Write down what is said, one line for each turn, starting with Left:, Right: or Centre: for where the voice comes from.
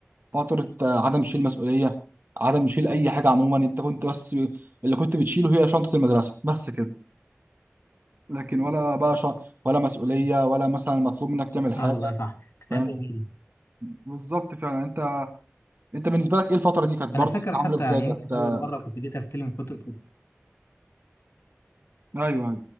Right: فترة آه، عدم شيل مسؤولية عدم شيل اي حاجة عموما انت كنت بس اللي كنت بتشيله هي شنطة المدرسة بس كده لكن ولا بقى ش... ولا مسؤولية ولا مثلا مطلوب منك تعمل حاجة
Left: اه والله صح كتاب
Right: فاهم
Left: جميل
Right: بالظبط فعلا انت انت بالنسبة لك ايه الفترة دي كانت برضه
Left: انا فاكر حتى
Right: عاملة ازاي
Left: يعني
Right: كانت
Left: يمكن
Right: آه،
Left: اول مرة كنت جيت استلم كتب
Right: ايوه ايوه